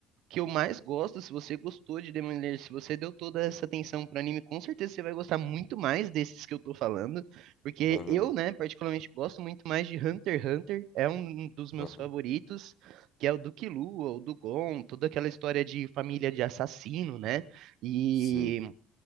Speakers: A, on the right; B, on the left.
A: que eu mais gosto, se você gostou de Demon Slayer, se você deu toda essa atenção pro anime, com certeza você vai gostar muito mais desses que eu tô falando, porque
B: Aham,
A: eu, né, particularmente gosto muito mais de Hunter x Hunter, é um dos meus
B: aham.
A: favoritos, que é o do Killua, o do Gon, toda aquela história de família de assassino, né, e
B: Sim.